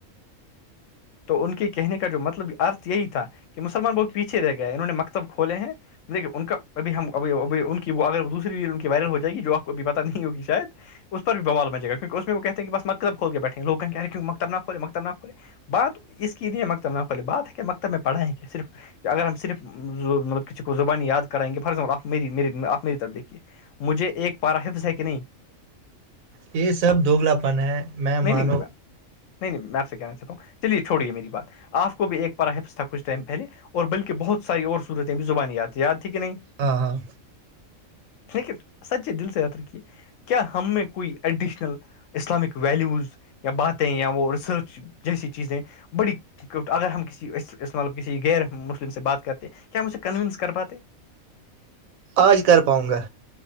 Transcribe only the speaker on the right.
یہ سب دوگلا پن ہے میں
مانو
ہاں ہاں
آج کر پاؤں گا